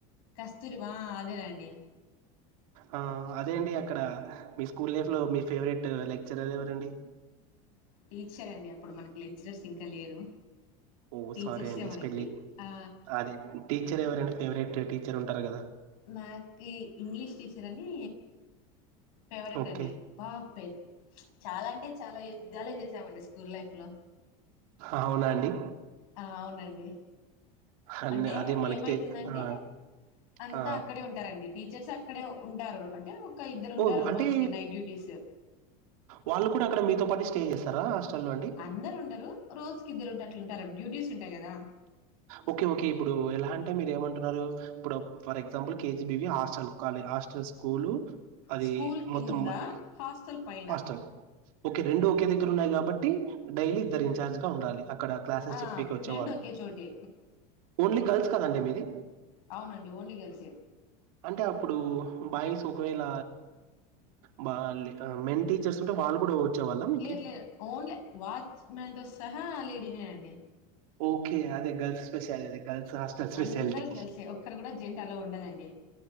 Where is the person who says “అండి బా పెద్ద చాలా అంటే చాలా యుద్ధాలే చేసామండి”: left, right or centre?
Left